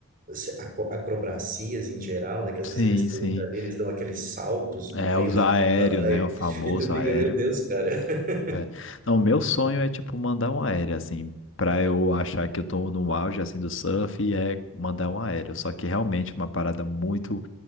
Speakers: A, on the right; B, on the left.
A: eh, aco- acrobacias em geral, né? Que às
B: Sim,
A: vezes eles estão
B: sim.
A: indo ali, eles dão aqueles saltos no
B: É,
A: meio
B: os
A: da
B: aéreo,
A: onda lá
B: né?
A: e,
B: O famoso
A: e tu fica,
B: aéreo.
A: meu Deus, cara. <laughs>
B: né? Não, o meu sonho é, tipo, mandar um aéreo, assim, pra eu achar que eu tô no auge, assim, do surf, e é mandar um aéreo. Só que realmente é uma parada muito